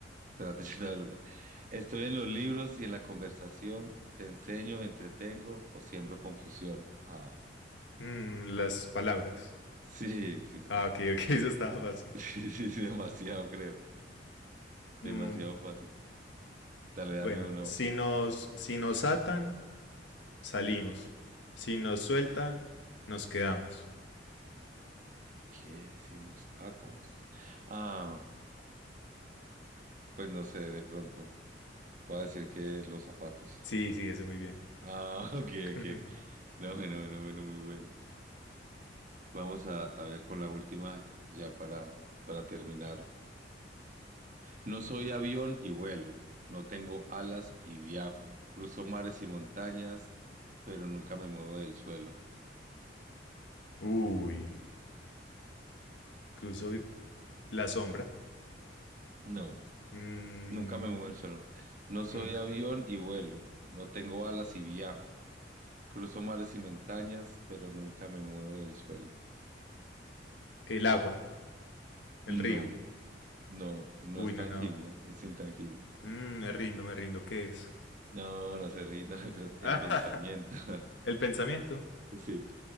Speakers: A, on the right; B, on the left.
A: Espérate, <laughs> yo te voy a dar una. Estoy en los libros y en la conversación. Te enseño, entretengo o siembro confusión. Ah,
B: Mm, las palabras.
A: sí, sí, sí.
B: Ah, ok, ok, <laughs> eso estaba fácil.
A: Sí, <laughs> sí, sí, demasiado, creo. Demasiado
B: Mm,
A: fácil. Dale,
B: bueno,
A: dame uno.
B: si nos, si nos atan, salimos. Si nos sueltan, nos quedamos.
A: ¿Qué? Si nos atan. Ah, pues no sé, de pronto. Puedo decir que los zapatos.
B: Sí, sí, eso muy bien.
A: Ah, <laughs> ok,
B: <laughs>
A: ok. No, bueno, bueno, bueno, muy buena. Vamos a, a ver con la última ya para, para terminar. No soy avión y vuelo, no tengo alas y viajo, cruzo mares y montañas, pero nunca me muevo del suelo.
B: Uy, cruzo y- la sombra.
A: No,
B: Mm,
A: nunca me muevo del suelo. No soy
B: nunca.
A: avión y vuelo, no tengo alas y viajo, cruzo mares y montañas, pero nunca me muevo del suelo.
B: El agua, el
A: No,
B: río.
A: no, no
B: Uy,
A: es
B: no,
A: tangible,
B: no.
A: es intangible.
B: Mm, me rindo, me rindo. ¿Qué es?
A: No, no se rindan, <laughs> no, mentiras,
B: <laughs>
A: el pensamiento. <laughs>
B: El pensamiento.
A: Sí,